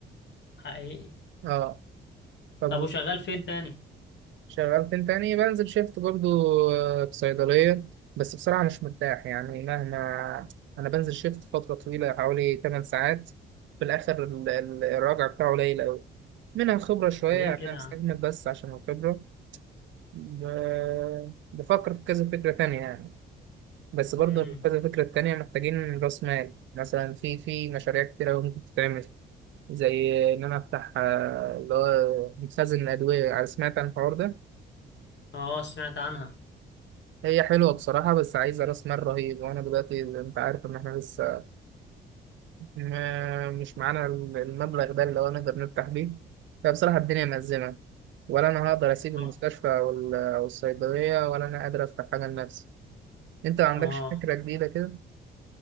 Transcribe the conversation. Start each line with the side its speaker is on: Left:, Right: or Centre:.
Left: حقيقي
Right: اه طب
Left: طب وشغال فين تاني؟
Right: شغال فين تاني بنزل شيفت برضو آه، في صيدلية بس بصراحة مش مرتاح يعني مهما أنا بنزل شيفت فترة طويلة حوالي 8 ساعات في الآخر ال- ال- الراجع بتاعه قليل أوي منها خبرة شوية
Left: ليه
Right: يعني
Left: كده
Right: أنا مستحمل
Left: يا عم؟
Right: بس عشان الخبرة ب- بفكر في كذا فكرة تانية يعني بس برضو
Left: مم.
Right: كذا فكرة تانية محتاجين رأس مال مثلا في في مشاريع كتيرة أوي ممكن تتعمل زي إن أنا أفتح آه، اللي هو مخزن الأدوية سمعت عن الحوار ده؟
Left: آه سمعت عنها
Right: هي حلوة بصراحة بس عايزة رأس مال رهيب وأنا دلوقتي أنت عارف إن إحنا لسه ما- مش معانا المبلغ ده اللي هو نقدر نفتح بيه فبصراحة الدنيا مأزمة ولا أنا هقدر أسيب المستشفى
Left: آه
Right: أو ال- أو الصيدلية ولا أنا قادر أفتح حاجة لنفسي أنت ما عندكش
Left: آه.
Right: فكرة جديدة كده؟